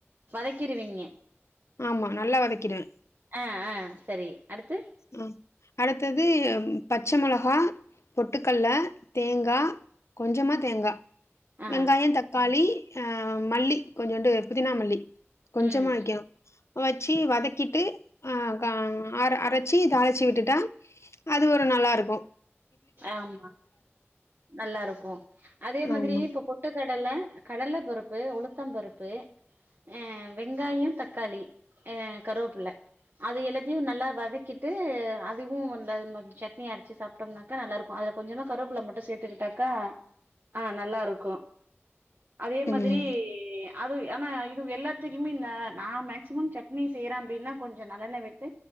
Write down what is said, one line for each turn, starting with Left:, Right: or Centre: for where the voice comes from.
Right: வதக்கிருவீங்க
Left: ஆமா நல்லா வதக்கிடுவே
Right: அ அ சரி அடுத்து
Left: ஆ அடுத்தது பச்ச மொளகா பொட்டுக்கல்ல தேங்கா கொஞ்சமா தேங்கா
Right: ஆ
Left: வெங்காயந் தக்காளி அ மல்லி கொஞ்சுண்டு புதினா மல்லி கொஞ்சமா
Right: ம்
Left: வெக்கனு வச்சி வதக்கிட்டு அ க ஆர அரச் சி தாளிச்சிவிட்டுட்டா அது ஒரு நல்லாருக்கு
Right: ஆமா நல்லாருக்கு அதே மாதிரி
Left: ஆமா
Right: இப்போ பொ ட்டு கடல கடல பருப்பு உளுத்தபருப்பு ஆ வெங்காயோ தக்காளி அ கருவாப்புள்ள அது எல்லாத்தையு நல்லா வதக்கிட்டு அதுவு அந்த சட்னி அரைச்சி சாப்ட்டோம்னா னா நல்லாருக்கு அதுல கொஞ்சமா கருவேப்புள்ள மட்டு சேத்துக்கிட்டாக்கா ஆ நல்லாருக்கு அதே மாதிரி
Left: ம்
Right: அது ஏனா இது எல்லாத்துக்குமே இந்த நா மேக்சிமம் சட்னி செய்யறே அப்டின்னா கொஞ்சோ நல்லெண்ண விட்டு